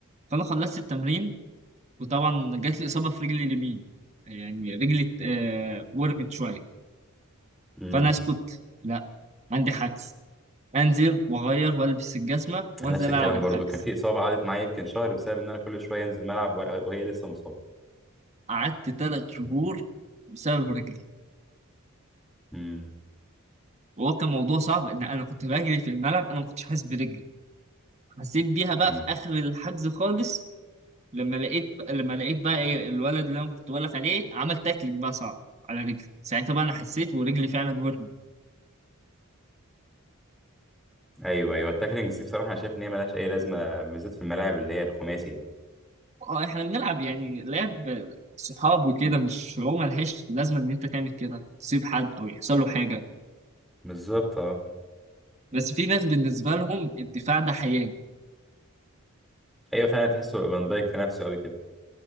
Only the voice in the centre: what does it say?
امم
نفس
الكلام
برضو كان في اصابه قعدت معايا يمكن شهر بسبب ان انا كل شويه انزل ملعب وأنا- وهي لسه مصابه
امم
امم
ايوه ايوه التاكلينجز دي بصراحه انا شايف ان هي ملهاش اي لازمه بالذات في الملاعب اللي هي الخماسي يعني
بالظبط اه
ايوه فعلا تحسه فان دايك في نفسه قوي كده